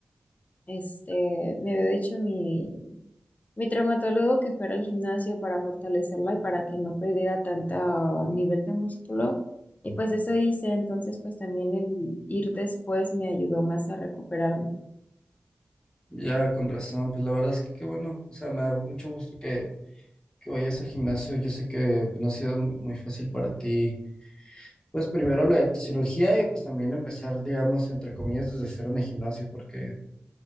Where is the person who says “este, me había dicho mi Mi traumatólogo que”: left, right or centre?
Left